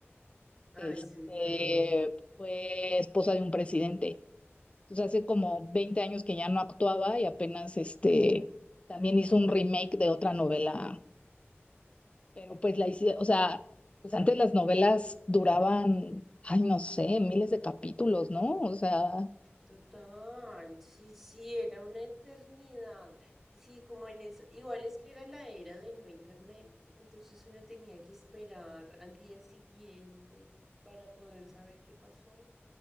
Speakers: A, in the centre; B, on the left (about 25°).
A: Ay,
B: este,
A: sí, la vida.
B: fue esposa de un presidente. Entonces hace como 20 años que ya no actuaba y apenas este, también hizo un remake de otra novela pero pues la hice, o sea, pues antes las novelas duraban, ay, no sé, miles de capítulos, ¿no? O sea,
A: Total, sí, sí, era una eternidad. Y sí, como en eso, igual es que era la era de no internet, entonces uno tenía que esperar al día siguiente para poder saber qué pasó.